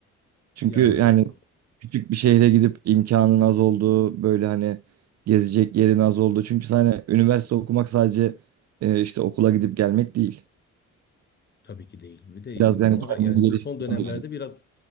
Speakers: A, on the right; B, on the left.
A: Çünkü
B: Yani
A: yani
B: o
A: küçük bir şehre gidip imkanın az olduğu böyle hani gezecek yerin az olduğu. Çünkü hani üniversite okumak sadece e, işte okula gidip gelmek değil.
B: Tabii ki değil. Bir de insanlara
A: Biraz yani kendini
B: yani
A: geliştirmen
B: bu son dönemlerde
A: gerek.
B: biraz